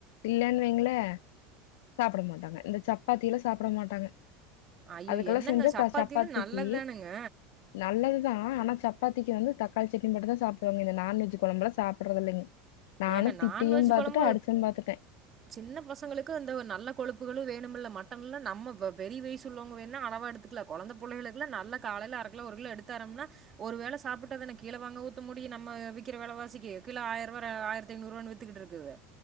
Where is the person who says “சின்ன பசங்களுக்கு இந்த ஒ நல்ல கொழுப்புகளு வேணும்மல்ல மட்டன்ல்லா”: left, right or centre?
Right